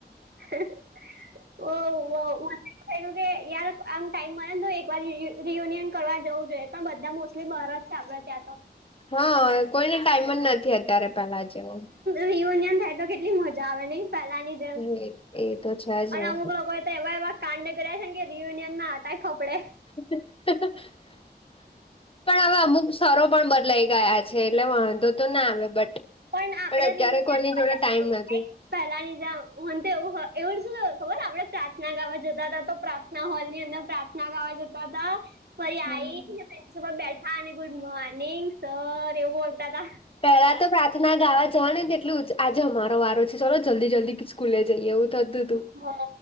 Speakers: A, on the right (about 70°); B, on the left (about 30°).
A: <unintelligible> કે યાર આમ ટાઈમ મળરે ને તો એક વાર રિયુનિયન કરવા જવું જોઈએ પણ બધા મોસ્ટલી બારજ આપડે ત્યાં તો
B: હા કોઈને ટાઈમ જ નથી અત્યારે પેલા જેવું.
A: રીયુનિયન થાય તો કેટલી મજા આવે નહી પહેલાની જેમ
B: એ એ તો છે જ
A: અને
B: ને
A: અમુક લોકો એવા કાડ કર્યા છે ને કે રિયુનિયન માં આવતાએ ફફડે.
B: <inaudible> પણ હવે અમુક સરો પણ બદલાઈ ગયા છે એટલે વાંધો તો ના આવે બટ
A: પણ આપડ
B: અત્યારે
A: રિયુનિયન
B: કોઈની જોડે
A: <unintelligible>
B: ટાઈમ નથી
A: પહેલા ની જેમ એવું એવું શું ખબરને આપણે પ્રાર્થના ગાવા જતા હતા તો પ્રાર્થના હોલ ની અંદર પ્રા થના ગાવા જતા હતા. ફરી આઈસ
B: હમ
A: પ્રિન્સિપાલ બેઠા અને ગુડ મોર્નિંગ સર એવું બોલતા તા
B: પેલા તો પ્રા થના ગાવા જવા ને તેટલું જ આજે અમારો વારો છે ચાલો જલ્દી જલ્દી સ્કૂલે જઈએ એવું થતું હતું.
A: હ